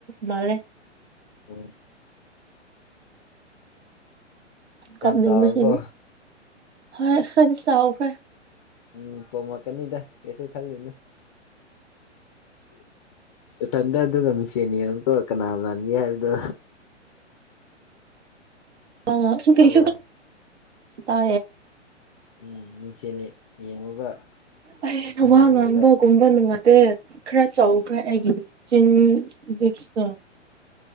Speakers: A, on the right (about 65°); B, on the left (about 30°).
A: ꯃꯂꯦ
B: ꯑꯣ
A: ꯀꯝ ꯅꯤꯡꯕꯁꯤ
B: ꯆꯥꯎꯔꯕꯣ
A: ꯍ ꯈꯗꯤ ꯁꯥꯥꯎꯐ ꯍꯥꯏ
B: ꯎꯝ ꯄ ꯃꯀꯅꯤꯗ ꯀꯦꯁꯁꯨ ꯈꯜꯅꯣ ꯏꯊꯟꯗ ꯑꯗꯨꯒ ꯃꯤꯆꯦꯅꯤ ꯑꯃꯨꯀꯣ ꯀꯅꯥ ꯃꯥꯟꯒꯦ ꯍꯥꯏꯕꯗꯣ
A: ꯑ ꯀ꯭ꯔꯤ
B: ꯇꯥꯕ꯭ꯔꯣ
A: ꯇꯥ
B: ꯎꯝ ꯃꯤꯡꯁꯤꯜꯂꯤ ꯌꯦꯡꯉꯨꯕ
A: ꯑꯩ
B: ꯉꯥꯏꯍꯥꯛ
A: ꯋꯥ
B: ꯂꯩꯔꯒ
A: ꯉꯥꯡꯕꯒꯨꯝꯕ ꯅꯨꯡꯉꯗꯦ ꯈꯔ ꯆꯧꯈ ꯑꯦ ꯆꯞꯁꯇ